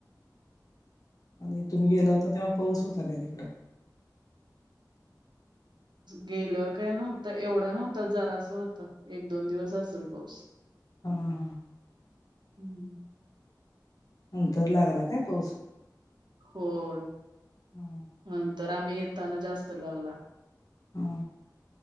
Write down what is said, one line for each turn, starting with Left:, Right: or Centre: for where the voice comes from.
Left: आणि तुम्ही गेला होता तेव्हा पाऊस होता काय तिकड.
Right: गेल्यावर काय नव्हत एवढ नव्हत जरास होत एक दोन दिवस असेल पाऊस.
Left: हा.
Right: हम्म.
Left: नंतर लागला काय पाऊस?
Right: होय
Left: हा
Right: नंतर आम्ही येताना जास्त लागला.
Left: ह